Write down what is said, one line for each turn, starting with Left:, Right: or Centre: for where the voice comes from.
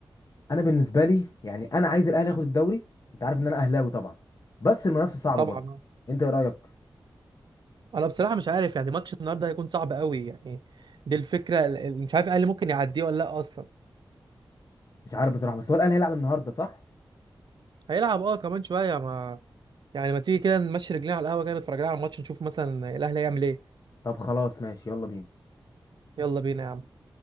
Left: انا بالنسبه لي يعني انا عايز الاهلي ياخد الدوري انت عارف ان انا اهلاوي طبعا بس المنافسه صعبه
Right: طبعا
Left: برضه
Right: آه.
Left: انت ايه رايك
Right: انا بصراحه مش عارف يعني ماتش النهارده هيكون صعب قوي يعني دي الفكره ال- ال- مش عارف الاهلي ممكن يعديه ولا لا اصلا
Left: مش عارف بصراحه بس هو الاهلي هيلعب النهارده صح
Right: هيلعب اه كمان شويه ما يعني ما تيجي كده نمشي رجلينا على القهوه كده نتفرج لنا على الماتش نشوف مثلا الاهلي هيعمل ايه
Left: طب خلاص ماشي يلا بينا
Right: يلا بينا يا عم